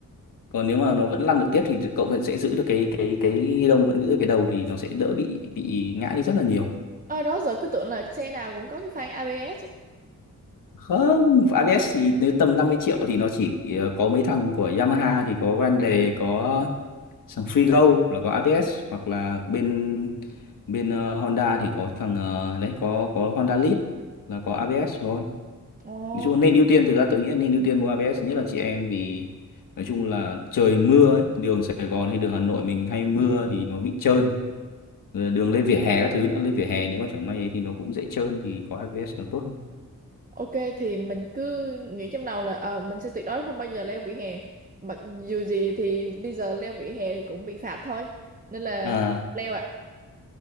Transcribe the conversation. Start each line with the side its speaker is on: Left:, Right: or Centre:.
Left: còn nếu mà nó vẫn lăn được tiếp thì cậu vẫn sẽ giữ được cái cái cái ghi lông vẫn giữ được cái đầu thì nó sẽ đỡ bị bị ngã đi rất là nhiều
Right: ờ đó giờ cứ tưởng là xe nào cũng có cái phanh ABS ấy
Left: không ABS thì nếu tầm 50 triệu thì nó chỉ ờ, có mấy thằng của Yamaha thì có Grande có thằng Freego là có ABS hoặc là bên bên ờ, Honda thì có thằng ờ, đấy có có Honda Lead là có ABS thôi
Right: ồ
Left: nói chung là nên ưu tiên thực ra tớ nghĩ là nên ưu tiên mua ABS nhất là chị em vì nói chung là trời mưa ấy đường Sài Gòn hay đường Hà Nội mình hay mưa thì nó bị trơn rồi đường lên vỉa hè các thứ nữa lên vỉa hè nếu mà chẳng may thì nó cũng dễ trơn thì có ABS nó tốt hơn
Right: Ok thì mình cứ nghĩ trong đầu là ờ mình sẽ tuyệt đối không bao giờ leo vỉa hè. Mặc dù gì thì bây giờ leo vỉa hè thì cũng bị phạt thôi. Nên là
Left: à
Right: thôi, leo ạ.